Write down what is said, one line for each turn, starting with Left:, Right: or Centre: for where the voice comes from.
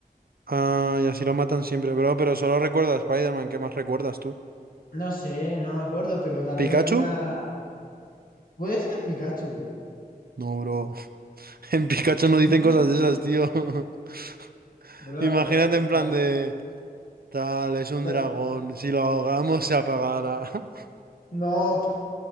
Right: Ah, y así lo matan siempre, bro, pero solo recuerda a Spider-Man, ¿qué más recuerdas tú?
Left: No sé, no me acuerdo, pero tal
Right: ¿Pikachu?
Left: vez alguna. Puede ser Pikachu, güey.
Right: No, bro. <laughs> En Pikachu no dicen
Left: <laughs>
Right: cosas de esas, tío. <laughs>
Left: Bro,
Right: Imagínate
Left: pero.
Right: en plan
Left: tal-
Right: de... Tal, es un
Left: tal-
Right: dragón. Si lo ahogamos, se apagará. <laughs>
Left: No,